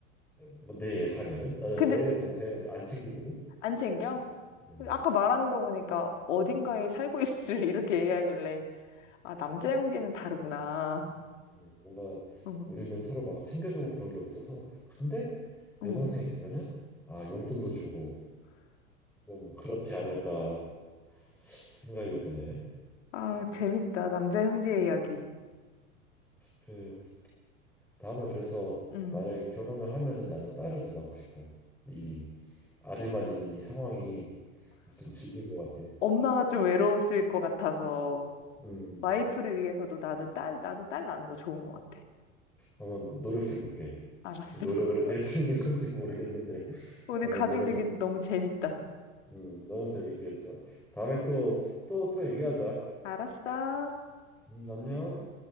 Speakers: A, in the centre; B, on the left (about 60°).
A: 뭐내 예상에는 나는
B: 근데
A: 내 동생 안 챙기거든.
B: 안 챙겨?
A: 음,
B: 아까 말하는 거 보니까 어딘가에 살고 있을 <laughs> 이렇게 얘기하길래 아, 남자 형제는 다르구나.
A: 음, 뭔가
B: 응.
A: 우리는 서로 막 챙겨주고 그런 게 없어서. 근데
B: 응.
A: 여동생 있으면은 아 용돈도 주고 좀 그렇지 않을까 생각이 드네.
B: 아, 재밌다. 남자 형제 이야기.
A: 그 다음에 그래서
B: 응.
A: 만약에 결혼을 하면은 나는 딸을 더 낳고 싶어. 이 아들만 있는 이 상황이 좀 질린 것 같아.
B: 엄마가 좀 외로웠을 것 같아서
A: 음,
B: 와이프를 위해서도 나는 딸, 나도 딸 낳는 거 좋은 것 같아.
A: 한번 노력해 볼게.
B: 알았어.
A: 노력으로
B: <laughs>
A: 될 수 있는 건지 모르겠는데
B: 오늘
A: 한번
B: 가족
A: 노력해
B: 얘기 너무 재밌다.
A: 음, 너무 재밌게 했다. 다음에 또, 또, 또 얘기하자.
B: 알았어.
A: 음, 안녕.